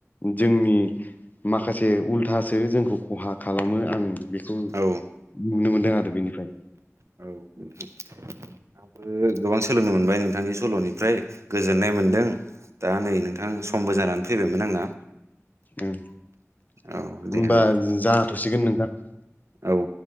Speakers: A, on the left; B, on the right.
A: जोंनि माखासे उल्थासो जोंखौ खहा खालामो आं बेखौ नुनो
B: औ
A: मोनदों आरो बेनिफ्राय
B: औ नोंथां आंबो गोबां सोलोंनो मोनबाय नोंथांनि सल'निफ्राय गोजोननाय मोनदों दा नै नोंथां समबो जानानै फैबायमोन आंना
A: उम
B: औ दे
A: ओमबा
B: होमबा
A: जाथ'सिगोन नोंथां ।
B: औ